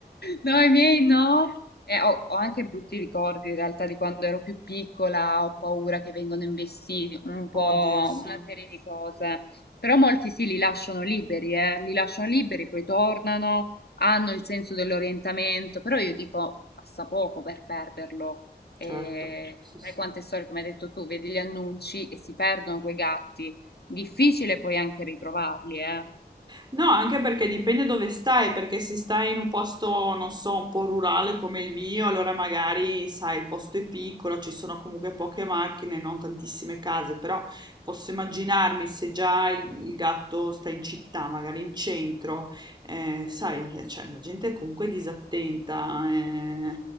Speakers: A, on the left; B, on the right.
A: No, i miei no. E ho, ho anche brutti ricordi in realtà di quando ero più piccola, ho paura che vengano investiti, un po'
B: Oddio, sì,
A: una serie di cose. Però molti sì, li lasciano liberi, eh, Li lasciano liberi, poi tornano, hanno il senso dell'orientamento, però io dico, passa poco per perderlo eh,
B: certo, sì, sì.
A: sai quante storie, come hai detto tu, vedi gli annunci e si perdono quei gatti. Difficile poi anche ritrovarli, eh.
B: No, anche perché dipende dove stai, perché se stai in un posto, non so, un po' rurale come il mio, allora magari, sai, il posto è piccolo, ci sono comunque poche macchine, non tantissime case, però posso immaginarmi se già il, il gatto sta in città, magari in centro, eh, sai, eh, cioè, la gente è comunque disattenta. eh,